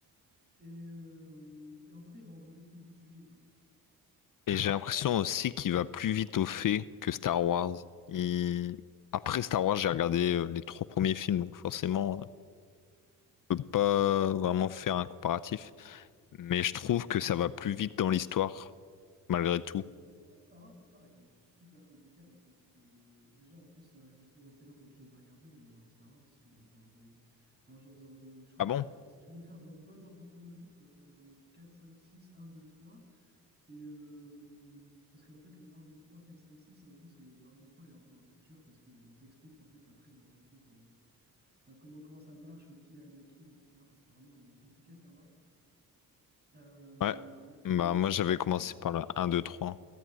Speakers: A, on the right; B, on the left.
A: Et, euh, et en tout cas, il va englober plus de sujets, quoi.
B: Et j'ai l'impression aussi qu'il va plus vite au fait que Star Wars. Il- Après Star Wars, j'ai regardé euh, les trois premiers films, donc forcément, euh, je peux pas vraiment faire un comparatif. Mais je trouve que ça va plus vite dans l'histoire, malgré
A: Euh,
B: tout.
A: bah, Star Wars, l'histoire est quand même super compliquée avec beaucoup de. Déjà, en plus, euh, je sais pas dans quel ordre tu les as regardés, mais genre les Star Wars, ils se regardent dans des. Enfin, genre, euh, je crois
B: Ah
A: qu'il
B: bon?
A: faut faire. Si tu veux le faire dans le bon ordre chronologique, tu dois faire euh, 4, 5, 6, 1, 2, 3. Et. euh, Parce qu'en fait, le un, 2, 3, 4, 5, 6, en gros, c'est le un, 2, 3 est un peu dans le futur parce que bon, on t'explique en fait après le retour, euh, enfin comment, comment ça marche, euh, qui est Anakin, etc. Enfin, c'est vraiment euh, compliqué Star Wars. Euh,
B: Ouais,
A: donc,
B: bah
A: euh,
B: moi
A: c'est
B: j'avais
A: pas,
B: commencé
A: c'est pas vraiment
B: par
A: comparable.
B: le un 2 trois,